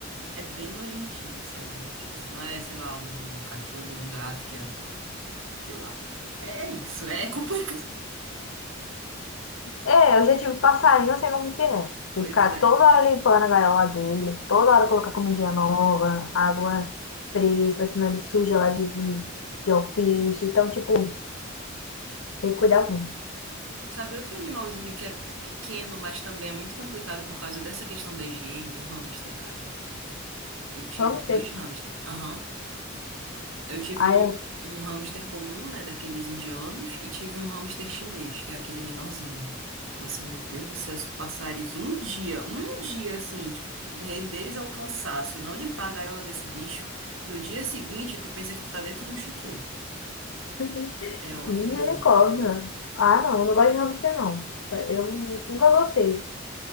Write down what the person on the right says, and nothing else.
é bem nojentinho, sabe? Tipo assim, não é, sei lá, um cachorro ou um gato que é, sei lá. É é isso, é <laughs> complicado.
Pois
é.
Sabe, outro animalzinho que é pequeno, mas também é muito complicado por causa dessa questão da higiene? Hamster, cara. Eu tive
dois hamster. Aham. Eu tive
um,
um hamster comum, né, daqueles indianos, e tive um hamster chinês, que é aquele menorzinho. Nossa, meu Deus do céu, se tu passares um dia, um dia assim, tipo, tu renderes ao cansaço e não limpar a gaiola desse bicho, no dia seguinte tu pensa que tu tá dentro do chiqueiro.
É horrível.